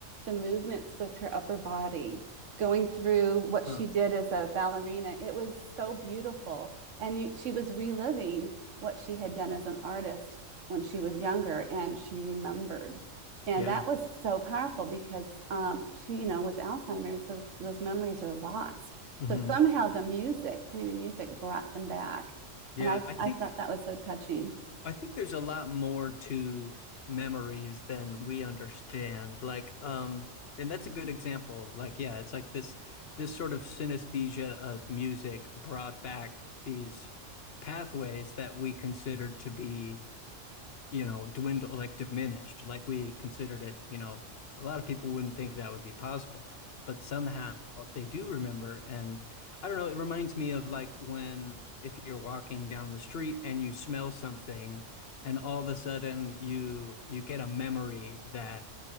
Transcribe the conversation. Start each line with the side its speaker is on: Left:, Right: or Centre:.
Right: the movements with her upper body going through what
Left: huh.
Right: she did as a ballerina. It was so beautiful. And you, she was reliving what she had done as an artist when she was younger and she remembered. And
Left: Yeah.
Right: that was so powerful because um, she, you know, with Alzheimer's, those, those memories are lost.
Left: hmm
Right: So somehow the music, hearing the music brought them back.
Left: Yeah,
Right: And I,
Left: I think.
Right: I thought that was so touching.
Left: I think there's a lot more to memories than we understand. Like, um, and that's a good example of like, yeah, it's like this this sort of synesthesia of music brought back these pathways that we considered to be you know, dwindled, like diminished, like we considered it, you know, a lot of people wouldn't think that would be possible, but somehow they do remember. And I don't know, it reminds me of like when if you're walking down the street and you smell something and all of a sudden you you get a memory that